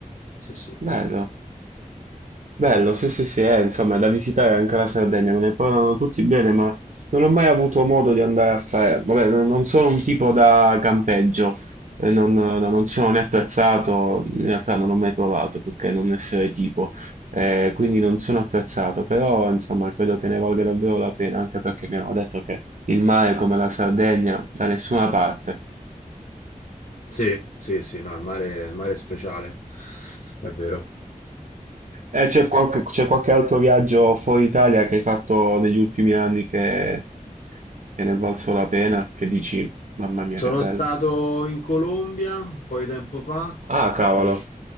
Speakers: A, on the left; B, on the right.
A: Sì, sì.
B: bello. Bello, sì, sì, sì, eh, insomma, da visitare anche la Sardegna, me ne parlano tutti bene, ma non ho mai avuto modo di andare a fare... Vabbè, non, non sono un tipo da campeggio, eh, non, non- non sono né attrezzato, in realtà non ho mai provato, più che non essere tipo, eh, quindi non sono attrezzato, però insomma, credo che ne valga davvero la pena, anche perché mi hanno detto che il mare come la Sardegna da nessuna parte.
A: Sì, sì, sì, no, il mare, il mare è speciale, è vero.
B: Eh, c'è qualche, c'è qualche altro viaggio fuori Italia che hai fatto negli ultimi anni che, che ne è valso la pena? Che dici, mamma mia,
A: Sono
B: che bello.
A: stato in Colombia un po' di tempo fa,
B: Ah, cavolo.
A: eh,